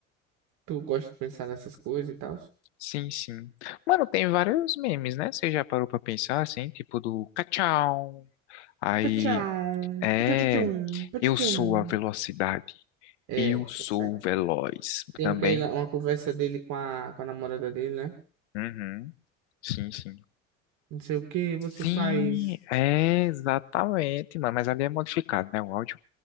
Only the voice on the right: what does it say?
Tu gosta de pensar nessas coisas e tal?
Pachão,
pachão, pachão.
É,
essa é.
Tem
aquela, uma conversa dele com a, com a namorada dele, né?
Não sei o que você
faz.